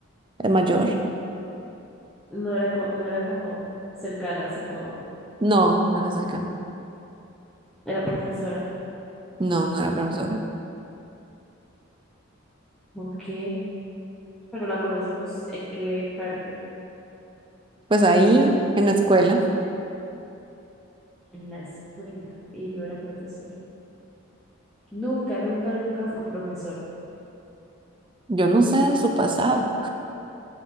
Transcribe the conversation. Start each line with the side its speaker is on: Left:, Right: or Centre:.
Right: es mayor.
Centre: no era, co- no era como cercana, así como
Right: No, no era cercano.
Centre: era profesora.
Right: No, no era profesora.
Centre: Ok, pero la conocimos en qué parte,
Right: Pues ahí, en la escuela,
Centre: en la escuela y no era profesora. Nunca, nunca, nunca fue profesor.
Right: yo no sé de su pasado.